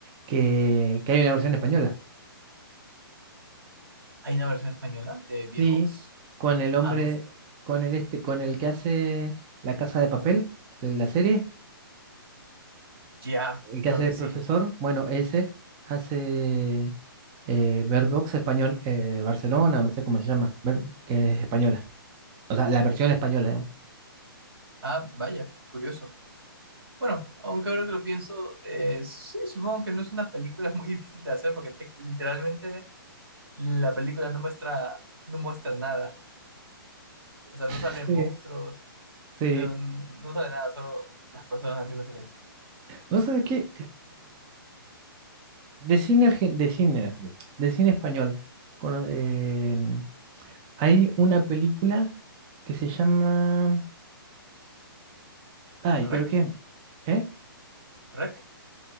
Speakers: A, on the right (about 25°); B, on the right (about 80°).
A: que, que hay una versión española,
B: ¿Hay una versión española de Beerbox?
A: sí, con el hombre,
B: Ah, no s-
A: con el este, con el que hace La Casa de Papel, en la serie,
B: ya,
A: el que
B: creo
A: hace
B: que
A: de profesor,
B: sí.
A: bueno, ese hace eh, Bird Box español, eh, Barcelona, o no sé cómo se llama, Bird- que es española, o sea, la versión española, digamos.
B: Ah, vaya, curioso. Bueno, aunque ahora que lo pienso, eh, sí, supongo que no es una película <laughs> muy difícil de hacer porque te- literalmente la película no muestra, no muestra nada. O sea,
A: <laughs>
B: no salen
A: Sí.
B: monstruos,
A: Sí,
B: No, no sale nada, solo las personas haciendo silencio.
A: vos sabés que de cine argen- de cine de cine español cono- em, hay una película que se llama ay,
B: Rec,
A: pero qué ¿eh?
B: rec.